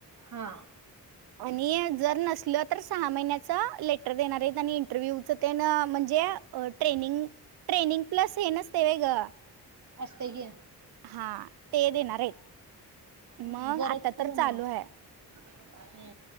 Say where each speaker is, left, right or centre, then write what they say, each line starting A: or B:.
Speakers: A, on the right; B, on the right.
A: हा
B: आणि जर नसल तर सहा महिन्याच लेटर देणार इंटरव्ह्यूच ते न म्हणजे ट्रेनिंग ट्रेनिंग प्लस हे नस त्य व वहयग
A: असतय की
B: हा ते देणार आहेत
A: ह
B: मग
A: बरतझम
B: आता तर चालू
A: हम्
B: आहे